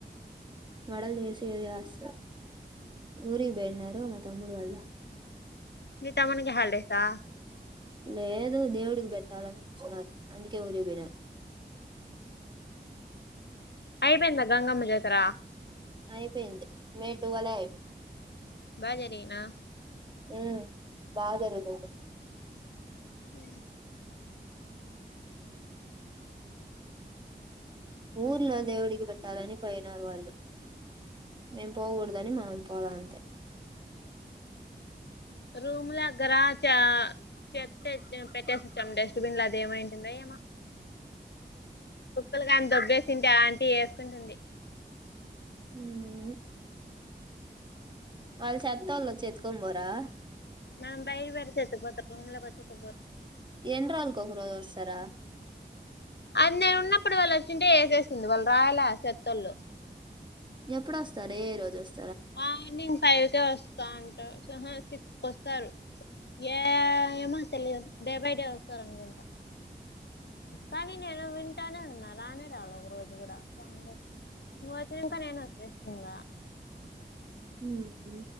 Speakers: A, on the right; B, on the left.
A: వడల్ చెసేది యస్స ఊరికి బొయినరు మ తమ్ముడు వాళ్ళు
B: మీ తమ్మునికి హల్డేసా
A: లేదు దేవుడికి పెట్టాలనిచ్చినారు అందుకే ఊరికిపోయిన
B: అయిపోయింద గంగమ్మ జత్ర
A: అయిపోయింది మే టూవలే అయిపోయింది
B: బాజరిగీనా
A: ఉ బా జరుగుతుం
B: అ
A: ఊర్లో దేవుడికి పెట్టాలని పోయినారు వాళ్ళు మేమ్ పోకూడదని మా పోలా అంతే
B: రూమ్లాగ్రాచ్చ చెప్తే సెమ్ పెట్టేసచ్చామ్ డస్ట్బిన్ లో అదేమైంటుందో ఏమో కుక్కలు కానీ దొబ్బేసింటే అ ఆంటీ ఏసుకుంటుంది
A: ఉమ్ వాళ్ చెత్తోలచ్చి ఎత్తుకొన్ పోరా
B: నాన్ బైర్ పెడ్తే ఎత్తుకుపోత రూంలో పెడితే ఎత్తుకుపో
A: ఎన్ని రోజులకు ఒక రోజు వస్తారా
B: అది నేన్ ఉన్నప్పుడు వాళ్ళచ్చింటే ఏసేస్తుంది వాళ్ళు రాయల ఆ చెత్తోళ్ళు
A: ఎప్పుడొ వస్తారే ఏ రోజు అస్
B: మార్నింగ్ ఫైవ్కే వస్తా అంటా ఆహా సిక్స్ వస్తారు ఏ ఏమో తెలియదు డే బై డే వస్తారు అనుకుంటా కానీ నేను వింటానే ఉన్నా రానే రాలే ఒక రోజు కూడా నువ్ వచ్చినంకా నేను వచ్చేస్నింగా
A: ఉహ్మ్